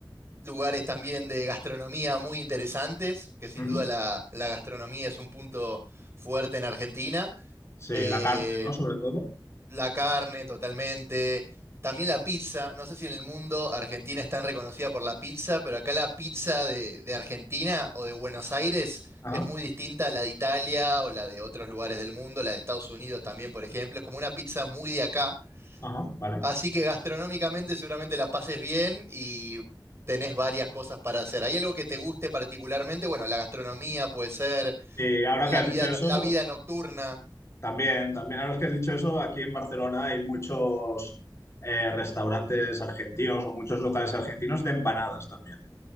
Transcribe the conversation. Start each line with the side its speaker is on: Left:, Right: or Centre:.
Right: lugares también de gastronomía muy interesantes, que sin
Left: ujú.
Right: duda la, la gastronomía es un punto fuerte en Argentina.
Left: Sí,
Right: Eh,
Left: la carne, ¿no? Sobre todo.
Right: la carne totalmente, también la pizza. No sé si en el mundo Argentina es tan reconocida por la pizza, pero acá la pizza de, de Argentina o de Buenos Aires
Left: Ajá,
Right: es muy distinta a la de Italia o la de otros lugares del mundo, la de Estados Unidos también, por ejemplo. Es como una pizza muy de acá.
Left: ajá, vale.
Right: Así que gastronómicamente seguramente la pases bien y tenés varias cosas para hacer. ¿Hay algo que te guste particularmente? Bueno, la gastronomía puede ser,
Left: Eh, ahora
Right: la
Left: que has
Right: vida,
Left: dicho
Right: no-
Left: eso,
Right: la vida nocturna.
Left: También, también, ahora que has dicho eso, aquí en Barcelona hay muchos eh, restaurantes argentinos o muchos locales argentinos de empanadas también.